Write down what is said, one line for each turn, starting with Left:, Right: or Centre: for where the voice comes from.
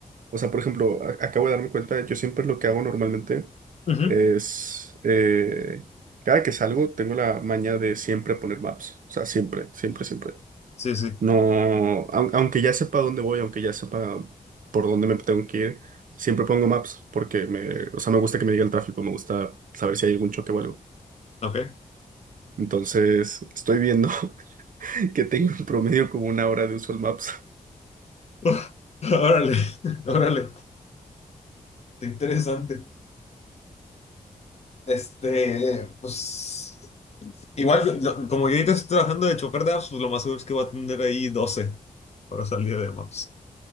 Right: o sea, por ejemplo, a- acabo de darme cuenta, yo siempre lo que hago normalmente
Left: Ujú.
Right: es, eh, cada que salgo, tengo la maña de siempre poner maps, o sea, siempre, siempre, siempre.
Left: Sí, sí,
Right: No, au- aunque ya sepa dónde voy, aunque ya sepa por dónde me tengo que ir, siempre pongo maps porque me, o sea, me gusta que me diga el tráfico, me gusta saber si hay algún choque o algo.
Left: ok.
Right: Entonces, estoy viendo <laughs> que tengo en promedio como una hora de uso al maps.
Left: <laughs> Órale, <laughs> órale, interesante. Este, pues, igual, yo- yo- como yo ahorita estoy trabajando de chofer de apps, pues lo más seguro es que voy a tener ahí 12 para salir de maps.